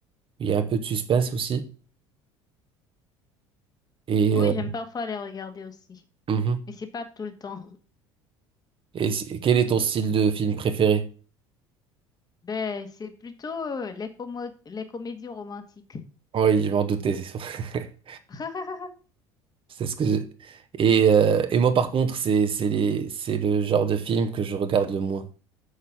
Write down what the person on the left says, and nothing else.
Oui,
j'aime parfois les regarder aussi,
mais c'est pas tout le temps.
Ben, c'est plutôt euh, les como- les comédies romantiques.
<laughs>